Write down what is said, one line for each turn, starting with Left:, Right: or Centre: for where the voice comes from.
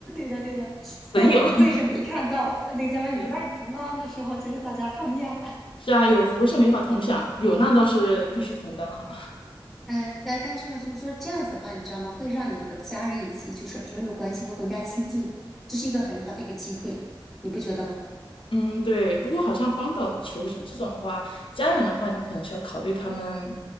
Centre: 的，对的，
Left: 损友
Centre: 更富贵是没看到，
Left: <laughs>
Centre: 呃那个叫什么有难同当的时候，
Left: 是
Centre: 就是大家碰面了。
Left: 是啊，有福是没法同享，
Centre: <laughs>
Left: 有难倒是必须同当哈。
Centre: 嗯，呃那但是呢，就是说这样子的话，你知道吗？会让你和家人以及就是朋友的关系会更加亲近，这是一个很好的一个机会，你不觉得吗？
Left: 嗯，对。不过好像荒岛求生这种的话，家人的话，你可能是要考虑他们，